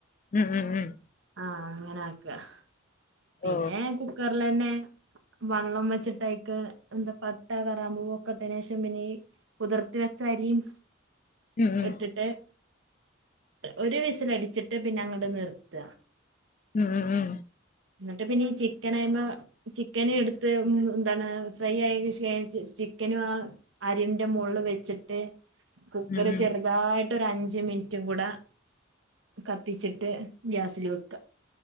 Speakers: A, on the left; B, on the right.
A: ഉം ഉം ഉം
B: ആഹ് അങ്ങനെ ആക്ക പിന്നെ
A: ഓ
B: കുക്കർലന്നെ വെള്ളം വെച്ചിട്ടയ്ക്ക് എന്താ പട്ട, കറാമ്പൂവ് ഒക്കെ ഇട്ടയ്ന് ശേഷം പിന്നെ ഈ കുതിർത്തി വെച്ച അരിം
A: ഉം ഉം
B: ഇട്ട്ട്ട് ഒരു വിസില് അടിച്ചിട്ട് പിന്നെ അങ്ങട്ട് നിർത്ത
A: ഉം ഉം ഉം
B: ഇന്നട്ട് പിന്നെ ഈ ചിക്കനയ്മേ ചിക്കന് എടുത്ത് എന്താണ് ഫ്രൈ ആയെന് ശെ ചിക്കനും ആഹ് അരിന്റെ മോൾള്ള് വെച്ചിട്ട് കുക്കറ്
A: ഉം ഉം ഉം
B: ചെറി അതായിട്ട് ഒരു അഞ്ച മിന്റും കൂടെ കത്തിച്ചിട്ട് ഗ്യാസില് വെക്ക